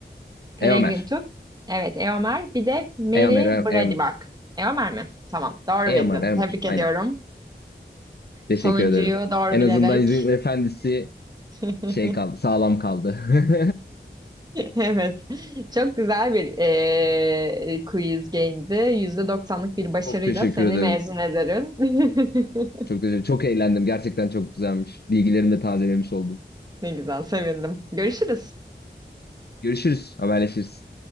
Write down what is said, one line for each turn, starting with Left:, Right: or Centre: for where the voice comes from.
Right: Peregrin
Left: Eomer.
Right: Tüp. Evet, Eomer. Bir de Mary
Left: Eomer, Eomer.
Right: Brady
Left: Eomer,
Right: Eomer mi? Tamam, doğru
Left: Eomer.
Right: bildin.
Left: Eomer.
Right: Tebrik ediyorum.
Left: Aynen. Teşekkür
Right: Sonuncuyu
Left: ederim.
Right: doğru
Left: En
Right: bilerek.
Left: azından İzin Efendisi
Right: <laughs>
Left: şey kaldı, sağlam kaldı. <laughs>
Right: Evet, çok güzel bir eee quiz game'di. Yüzde doksanlık bir başarıyla
Left: Çok teşekkür
Right: seni
Left: ederim.
Right: mezun ederim. <laughs>
Left: Çok teşekkür, çok eğlendim. Gerçekten çok güzelmiş. Bilgilerimi de tazelemiş oldum.
Right: Ne güzel, sevindim. Görüşürüz.
Left: Görüşürüz, haberleşiriz.